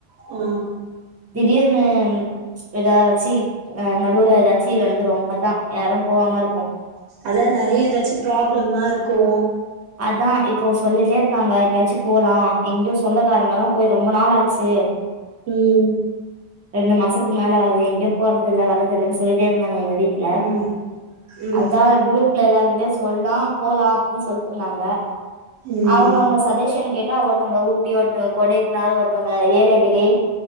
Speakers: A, on the right (about 90°); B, on the right (about 20°).
A: ஆ
B: திடீர்னு எதாச்சி அ நடுவுல எதாச்சி வந்துரு அதா யாரு போவாம இருப்போ
A: அதா நெறைய எதாச்சு ப்ராப்ளமா இருக்கு
B: அதா இப்போ சொல்லிட்டே இருக்காங்க எங்கயாச்சு போலா எங்கயு சொந்தக்காரங்கலா போய் ரொம்ப நாள் ஆச்சு
A: ம்
B: ரெண்டு மாசத்துக்கு மேல ஆவுது எங்கயு போறதில்ல வர்றதில்லன் சொல்லிட்டே இருந்தாங்க எங்க வீட்ல
A: ம் ம்
B: அதா குரூப்ல எல்லாருகிட்டயு சொல்லா போலா அப்டின் சொல்ட்டு இருந்தாங்க
A: ம்
B: அவ்ங்க அவ்ங்க சஜஷன் கேட்டா ஒருத்தங்க ஊட்டி ஒருத்தங்க கொடைக்கனல் ஒருத்தங்க ஏலகிரி